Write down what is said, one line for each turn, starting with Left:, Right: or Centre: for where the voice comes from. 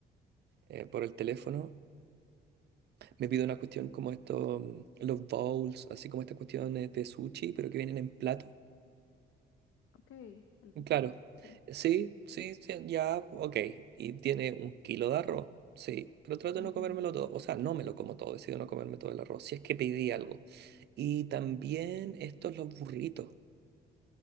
Right: eh, por el teléfono, me pido una cuestión como esto, mm, los bowls, así como estas cuestiones de sushi, pero que vienen en plato
Left: Ok, el
Right: Claro.
Left: bowl, sí.
Right: Sí, sí, sí, ya, ok. ¿Y tiene un kilo de arroz? Sí, pero trato
Left: Ujú,
Right: de no comérmelo todo. O sea, no me lo como todo, decido no comerme todo el arroz, si es que pedí algo. Y también estos los burritos.